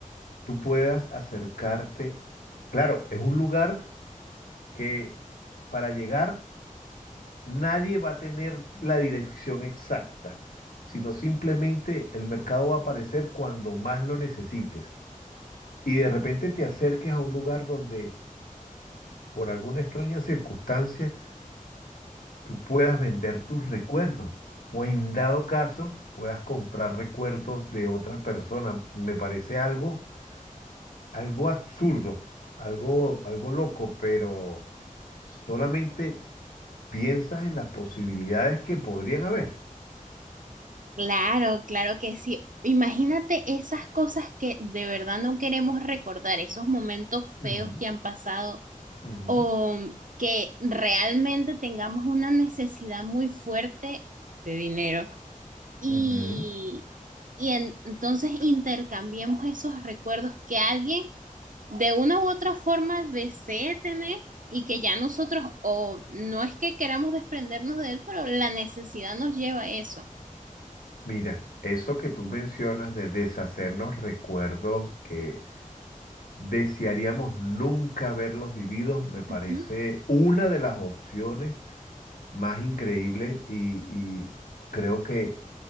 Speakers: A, on the left; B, on the right.
A: tú puedas acercarte. Claro, es un lugar que para llegar nadie va a tener la dirección exacta, sino simplemente el mercado va a aparecer cuando más lo necesites. Y de repente te acerques a un lugar donde por alguna extraña circunstancia, tú puedas vender tus recuerdos o en dado caso puedas comprar recuerdos de otra persona. Me parece algo, algo absurdo, algo, algo loco, pero solamente piensas en las posibilidades que podrían haber.
B: Claro, claro que sí. Imagínate esas cosas que de verdad no queremos recordar, esos momentos
A: Ujú,
B: feos que han pasado
A: ujú.
B: o que realmente tengamos una necesidad muy fuerte de dinero y,
A: Ujú.
B: y en- entonces intercambiemos esos recuerdos que alguien de una u otra forma desee tener y que ya nosotros o no es que queramos desprendernos de él, pero la necesidad nos lleva a eso.
A: Mira, eso que tú mencionas de deshacernos recuerdos que Desearíamos nunca haberlos vivido, me parece
B: Ujú,
A: una de las opciones más increíbles y, y creo que